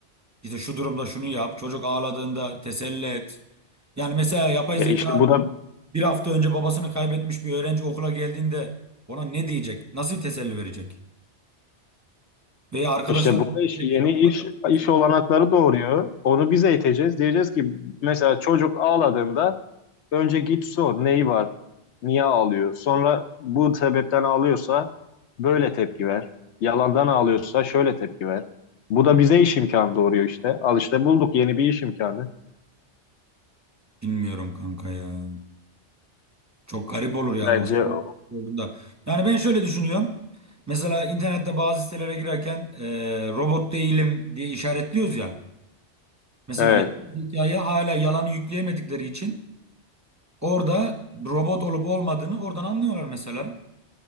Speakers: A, on the right (about 15°); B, on the left (about 75°).
A: İşte şu durumda şunu yap. Çocuk ağladığında teselli et. Yani mesela yapay
B: ya
A: zeka
B: işte bu da
A: bir hafta önce babasını kaybetmiş bir öğrenci okula geldiğinde ona ne diyecek? Nasıl bir teselli verecek? Veya arkadaşlar
B: İşte bu da işte
A: işte
B: yeni
A: bu
B: iş
A: arkadaşımız
B: iş
A: bir
B: olanakları
A: durum.
B: doğuruyor. Onu biz eğiteceğiz. Diyeceğiz ki mesela çocuk ağladığında önce git sor neyi var, niye ağlıyor. Sonra bu sebepten ağlıyorsa böyle tepki ver. Yalandan ağlıyorsa şöyle tepki ver. Bu da bize iş imkanı doğuruyor işte. Al işte bulduk yeni bir iş imkanı.
A: Bilmiyorum kanka ya. Çok garip olur yani
B: Bence
A: o
B: o.
A: olduğunda. Yani ben şöyle düşünüyorum. Mesela internette bazı sitelere girerken e, robot değilim diye işaretliyoruz ya. Mesela
B: evet.
A: yapay zekaya hala yalanı yükleyemedikleri için Orada robot olup olmadığını oradan anlıyorlar mesela.